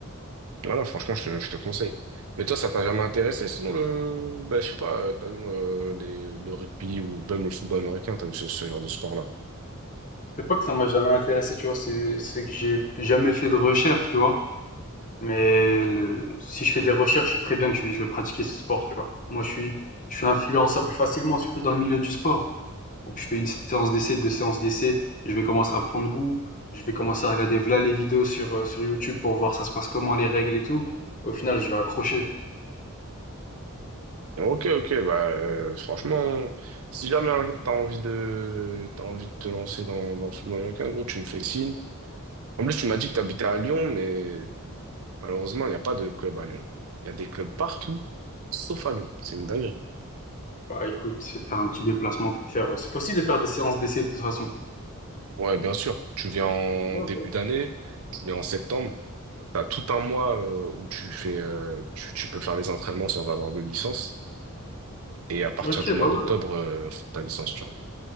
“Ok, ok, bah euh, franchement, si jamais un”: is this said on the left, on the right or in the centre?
Right